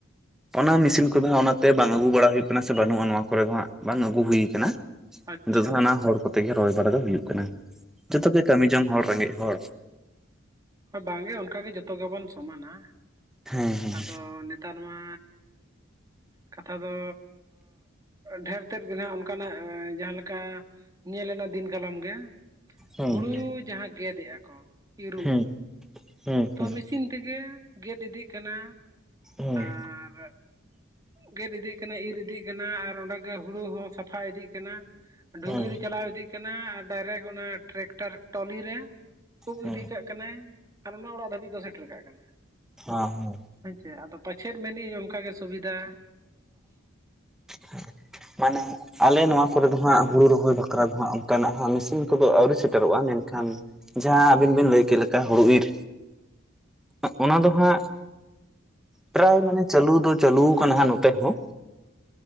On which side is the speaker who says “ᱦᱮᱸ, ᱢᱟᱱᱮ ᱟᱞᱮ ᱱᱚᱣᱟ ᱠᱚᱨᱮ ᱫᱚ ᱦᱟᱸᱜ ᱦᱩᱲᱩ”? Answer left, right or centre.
Centre